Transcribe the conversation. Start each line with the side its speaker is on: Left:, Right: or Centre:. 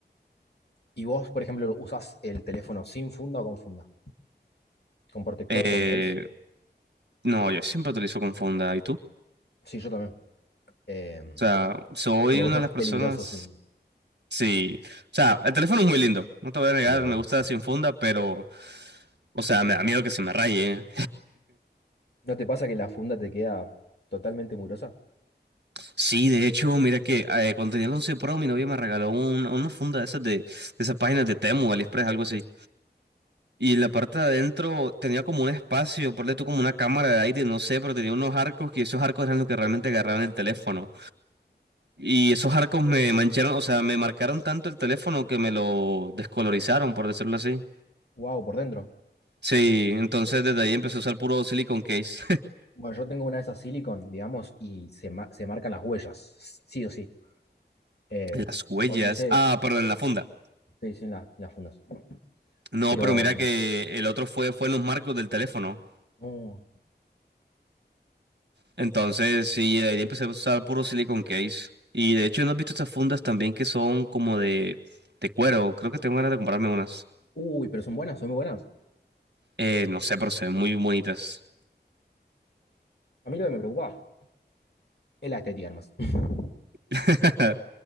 Left: ¿Y vos, por ejemplo, usás el teléfono sin funda o con funda? ¿Con protector,
Right: Eh,
Left: con case?
Right: no, yo siempre utilizo con funda, ¿y tú?
Left: Sí, yo también. Em,
Right: O sea, soy
Left: lo
Right: una
Left: veo
Right: de las personas.
Left: peligroso sin.
Right: Sí. O sea, el teléfono es muy lindo. No te voy a negar,
Left: Sí, obvio.
Right: me gusta sin funda, pero. O sea, me da miedo que se me raye.
Left: ¿No te pasa que la funda te queda totalmente murosa?
Right: Sí, de hecho, mira que eh, cuando tenía el 11 Pro, mi novia me regaló un- una funda de esas de, de esas páginas de Temu, AliExpress, algo así. Y la parte de adentro tenía como un espacio, ponle tú como una cámara de aire, no sé, pero tenía unos arcos que esos arcos eran los que realmente agarraban el teléfono. Y esos arcos me mancharon, o sea, me marcaron tanto el teléfono que me lo descolorizaron, por decirlo así.
Left: Wow, por dentro.
Right: Sí, entonces desde ahí empecé a usar puro silicon case.
Left: Bueno, yo tengo una de esas silicon, digamos, y se, ma- se marcan las huellas, sí o sí.
Right: <laughs>
Left: Eh,
Right: Las huellas.
Left: o no sé,
Right: Ah, perdón, en la funda.
Left: te dicen las, las fundas.
Right: No,
Left: Pero,
Right: pero mira que el otro fue, fue en los marcos del teléfono.
Left: no.
Right: Entonces, sí, de ahí empecé a usar puro silicon case. Y de hecho, ¿no has visto estas fundas también que son como de, de cuero? Creo que tengo ganas de comprarme unas.
Left: Uy, pero son buenas, son muy buenas.
Right: Eh, no sé, pero se ven muy bonitas.
Left: A mí lo que me preocupa es la estética nomás. <laughs>
Right: <laughs>